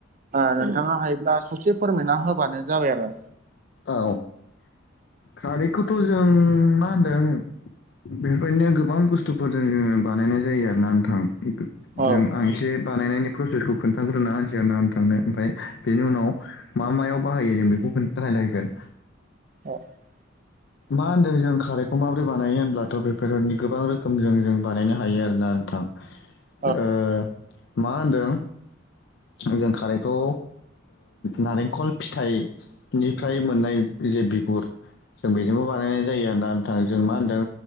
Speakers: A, on the right; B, on the left.
A: ओ नोंथाङा हायोब्ला ससे फोरमायना होबानो जाबाय आरो।
B: औ खारैखौथ' जों मा होनदों बेफोरबायदिनो गोबां बुस्थुफोरजों जोङो बानायनाय जायो आरोना नोंथां।
A: औ
B: जों आं एसे बानायनायनि प्रसेसखौ खोन्थाग्रोना होनोसै आरो ना नोंथांनो ओमफाय बेनि उनाव मा मायाव बाहायो जों बेखौ खोन्था रायलायगोन।
A: औ <inaudible>
B: मा होन्दों जों खारैखौ माबोरै बानायो होनब्लाथ' बेफोरनि गोबां रोखोमजों जों बानायनो हायो आरोना नोंथां।
A: <inaudible>
B: ओ मा होनदों जों खारैखौ नारेंखल फिथाइनिफ्राय मोननाय जे बिगुर जों बेजोंबो बानायनाय जायो आरो ना नोंथां जों मा होनदों?